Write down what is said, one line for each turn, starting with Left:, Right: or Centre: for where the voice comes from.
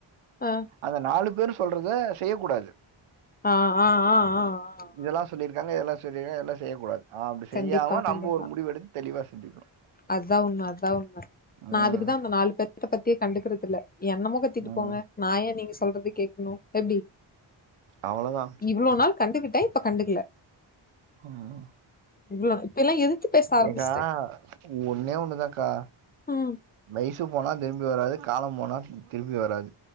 Left: ஆ
Right: அந்த நாலு பேரு சொல்றத செய்ய கூடாது
Left: ஆ ஆ ஆ ஆ
Right: இதெல்லா
Left: ஆ
Right: சொல்லிருக்காங்க இதெல்லா சொல்லி இதெல்லா செய்ய கூடாது ஆ அப்டி செய்யாம
Left: கண்டிப்பா கண்டிப்பா
Right: நம்ம ஒரு முடிவு எடுத் தெளிவா சிந்திக்கறோம்
Left: அதா உண்ம அதா உண்ம நா
Right: ம்,
Left: அதுக்குதா அந்த நாலு பேத்த பத்தியே கண்டுக்குறதுல்ல என்னமோக கத்திட்டு
Right: ம்,
Left: போங்க நா ஏ நீங்க சொல்றத கேட்கணு எப்டி
Right: அவ்ளோதான்
Left: இவ்ளோ நாள் கண்டுகிட்டேன் இப்ப கண்டுக்கல
Right: ம்.
Left: இவளோ இப்பல்லா எதித்து பேச ஆரம்பிச்சுட்டேன்
Right: ஏக்கா ஒன்னே ஒண்ணுதாக்கா
Left: ம்
Right: வயசு போனா திரும்பி வராது காலம் போனா திரும்பி வராது